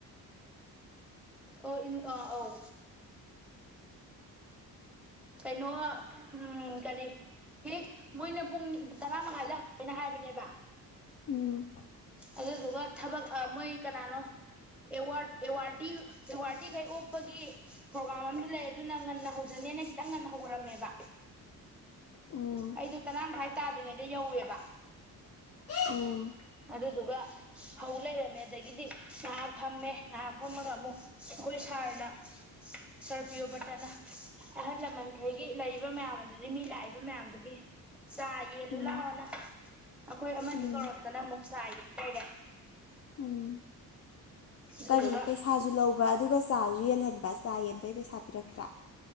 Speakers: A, in the centre; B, on the left.
A: ꯑ ꯑꯥ ꯑꯧ ꯀꯩꯅꯣ ꯎꯝ ꯀꯔꯤ ꯍꯦꯛ ꯃꯣꯏꯅ ꯄꯨꯡꯅꯤꯡ ꯇꯔꯥ ꯃꯉꯥꯗ ꯍꯧꯦꯅ ꯍꯥꯏꯕꯅꯦꯕ
B: ꯎꯝ
A: ꯑꯗꯨꯗꯨꯒ ꯊꯕꯛ ꯃꯣꯏ ꯀꯅꯥꯅꯣ ꯑꯦꯋꯥ ꯑꯦꯋꯥꯔ ꯑꯦꯋꯥꯔꯗꯤ ꯀꯩ ꯑꯣꯄꯒꯤ ꯄ꯭ꯔꯣꯒꯥ꯭ꯔꯒꯥꯝ ꯑꯃꯁꯨ ꯂꯩ ꯑꯗꯨꯅ ꯉꯟꯅ ꯍꯧꯖꯅꯦꯅ ꯈꯤꯇꯪ ꯉꯟꯅ ꯍꯧꯈꯔꯝꯃꯦꯕ
B: ꯎꯝ
A: ꯑꯩꯗꯣ ꯇꯔꯥ ꯃꯈ ꯃꯈꯥꯏ ꯇꯥꯗ꯭ꯔꯤꯉꯩꯗ ꯌꯧꯋꯦꯕ
B: ꯑꯣ
A: ꯑꯗꯨꯗꯨꯒ ꯍꯧꯧ ꯂꯩꯔꯝꯃꯦ ꯑꯗꯒꯤꯗꯤ ꯉꯍꯥ ꯐꯝꯃꯦ ꯉꯍꯥ ꯐꯝꯃꯒ ꯑꯃꯨꯛ ꯑꯩꯈꯣꯏ ꯁꯥꯔꯅ ꯁꯥꯔ ꯄꯤꯌꯣꯕꯇꯥꯅ ꯑꯍꯜ ꯂꯃꯟꯈꯩꯒꯤ ꯂꯩꯔꯤꯕ ꯃꯌꯥꯝ ꯑꯗꯨꯗꯤ ꯃꯤ ꯂꯥꯛꯏꯕ ꯃꯌꯥꯝꯗꯨꯒꯤ ꯆꯥ ꯌꯦꯜꯂꯨ
B: ꯎꯝ
A: ꯂꯥꯛꯑꯣꯅ ꯑꯩꯈꯣꯏ ꯑꯃꯅꯤ
B: ꯎꯝ
A: ꯀꯧꯔꯛꯇꯅ ꯑꯃꯨꯛ ꯆꯥ ꯌꯦꯟ ꯂꯩꯔꯦ
B: ꯎꯝ
A: ꯑꯗꯨꯗꯨꯒ
B: ꯀꯔꯤ ꯄꯩꯁꯥ ꯁꯥꯥꯁꯨ ꯂꯧꯕ ꯑꯗꯨꯒ ꯆꯥꯁꯨ ꯌꯦꯜꯍꯟꯕ ꯆꯥ ꯌꯦꯟꯕꯒꯤ ꯄꯩꯁꯥ ꯄꯤꯔꯛꯇ꯭ꯔꯥ